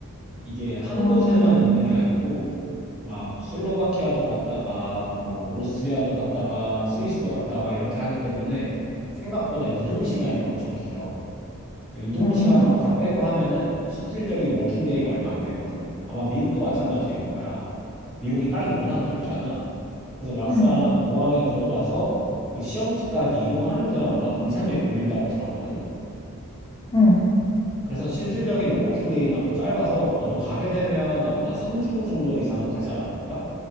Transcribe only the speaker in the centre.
이게 한
곳에만 있는 게 아니고 막 슬로바키아도 갔다가 뭐 오스트리아도 갔다가 스위스도 갔다가 이렇게 하기 때문에 생각보다 이동 시간이 엄청 길어. 그러니까 이동
시간 막 다 빼고 하면은 실질적인 워킹 데이가 얼마 안 되거든. 아마 미국도 마찬가지일 거야. 미국이 땅이 워낙 넓잖아. 그래서 막상
공항에 들어가서 그 시험지까지 이동하는 데만 막 2, 3일 걸린다고 들었거든.
그래서 실질적인 워킹데이는 아마 짧아서 너도 가게 되면 아마 3주 정도 이상은 가지 않을까?